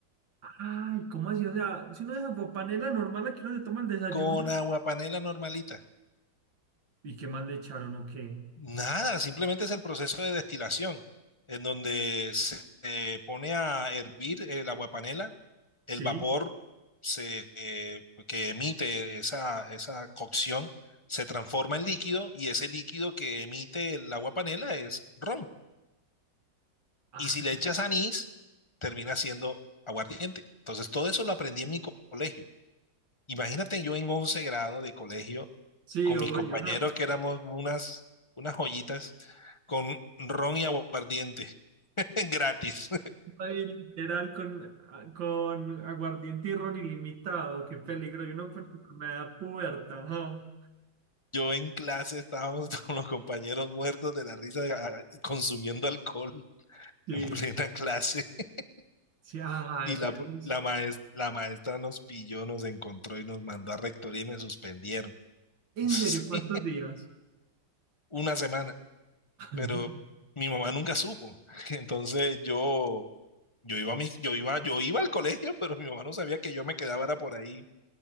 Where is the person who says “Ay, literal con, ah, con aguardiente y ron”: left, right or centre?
Right